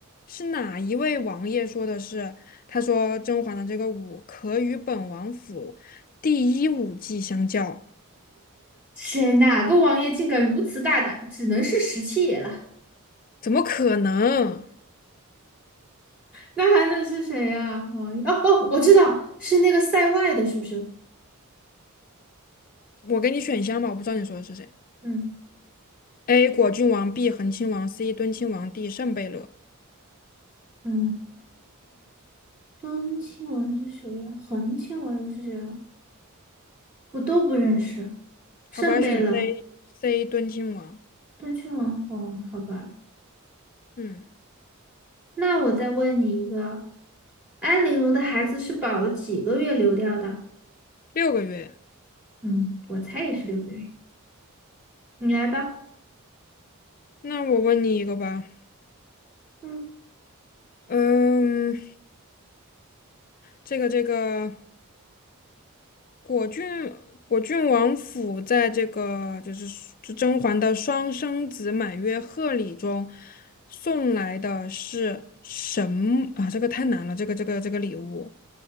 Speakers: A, on the left; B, in the centre.
A: 是哪一位王爷说的是？他说甄嬛的这个舞可与本王府第一舞技相较，
B: 谁哪个王爷竟敢如此大胆，只能是十七爷了。
A: 怎么可能？
B: 那还能是谁呀、王一哦哦，我知道是那个塞外的，是不是？
A: 我给你选项吧，我不知道你说的是谁。
B: 嗯，
A: A. 果郡王，B. 恒亲王，C. 敦亲王，D. 圣贝勒。
B: 哦，敦亲王是谁呀、恒亲王又是谁啊？我都不认识。圣贝勒、
A: 好吧，选 C，C 敦亲王。
B: 敦亲王，哦，好吧。
A: 嗯，
B: 那我再问你一个，安陵容的孩子是保了几个月流掉的？
A: 六个月。
B: 嗯，我猜也是六个月。你来吧，
A: 那我问你一个吧，
B: 嗯，
A: 嗯，这个这个。果郡果郡王府在这个就是就甄嬛的双生子满月贺礼中送来的是什么啊？这个太难了，这个这个这个礼物。